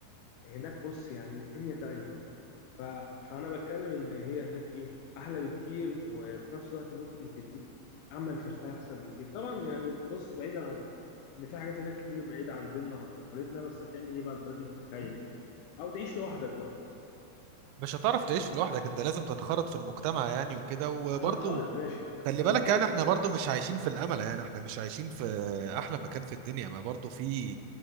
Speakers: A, on the left; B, on the right.
A: هناك بص يعني دنيا تانية ف... فانا بتكلم ان هي هناك ايه احلى بكتير وفي نفس الوقت ممكن تديك امل في الحياه احسن بكتير طبعا يعني بص بعيدا عن ان في حاجات هناك كتير بعيدة عن ديننا وعن تقاليدنا بس هتعمل ايه بقى انت لازم تتكيف او تعيش لوحدك بقى
B: مش هتعرف تعيش لوحدك انت لازم تنخرط في المجتمع يعني وكده وبرضه
A: هتنخرط ماشي
B: خلي
A: انا
B: بالك
A: بتكلم
B: يعني
A: في
B: احنا
A: حتة
B: برضه مش عايشين في الامل يعني احنا مش عايشين في احلى مكان في الدنيا ما برضه في